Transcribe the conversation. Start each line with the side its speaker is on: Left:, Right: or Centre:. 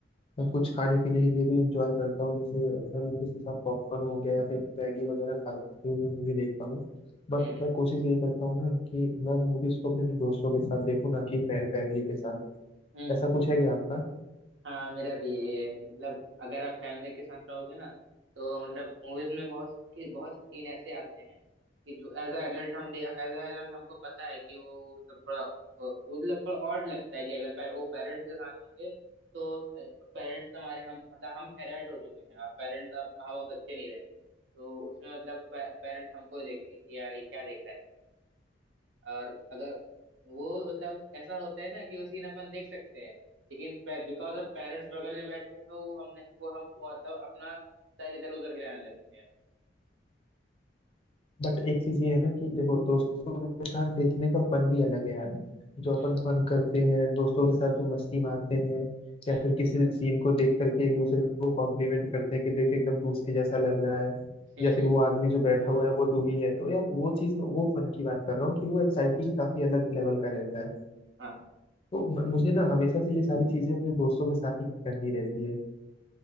Left: मैं
Right: हम्म
Left: कुछ खाने पीने के लिए भी इंजॉय करता हूँ जैसे मैं मूवीज के साथ पॉपकॉर्न हो गया या फिर मैगी वगैरह खाते हुए मैं मूवी देखता हूँ बट
Right: हम्म
Left: मैं कोशिश यही करता हूँ ना कि मैं मूवीज को अपने दोस्तों के साथ देखूँ ना कि फैमिली के साथ
Right: हम्म
Left: ऐसा
Right: हम्म
Left: कुछ है क्या आपका
Right: हाँ मेरा भी यही है मतलब अगर आप फैमिली के साथ रहोगे ना तो मतलब मूवीज में बहुत कि बहुत सीन ऐसे आते हैं कि जो एज अ एडल्ट हम एज अ एडल्ट हमको पता है कि वो मतलब थोड़ा वो मतलब थोड़ा ऑड लगता है कि अगर पे, वो पेरेंट्स के साथ होंगे तो पेरेंट्स हमारे हम मतलब हम एडल्ट हो चुके हैं अब पेरेंट्स अब अब हम बच्चे नहीं रहे तो उसमें मतलब पेरेंट्स हमको देखेंगे कि यार ये क्या देख रहा है और अगर वो मतलब ऐसा होता है ना कि वो सीन अपन देख सकते हैं लेकिन बिकॉज ऑफ पेरेंट्स बगल में बैठे हैं वो हमने वो हम मतलब अपना सर इधर उधर हिलाने लगते हैं
Left: बट एक चीज ये है ना कि देखो दोस्तों के साथ देखने का फन भी अलग है यार जो
Right: हम्म
Left: अपन फन करते हैं दोस्तों के साथ जो मस्ती मारते हैं
Right: हम्म
Left: या फिर किसी सीन को देख करके एक दूसरे को कॉम्प्लीमेंट करते हैं कि देख एकदम तू उसके जैसा लग रहा है
Right: हम्म।
Left: या फिर वो आदमी जो बैठा हुआ है वो तू ही है तो यार वो चीज में वो फन की बात कर रहा हूँ कि वो एक्साइटिंग काफी अलग लेवल का रहता है
Right: <laughs> हाँ
Left: तो म- मुझे ना हमेशा से ये सारी चीजें अपने दोस्तों के साथ ही करनी रहती है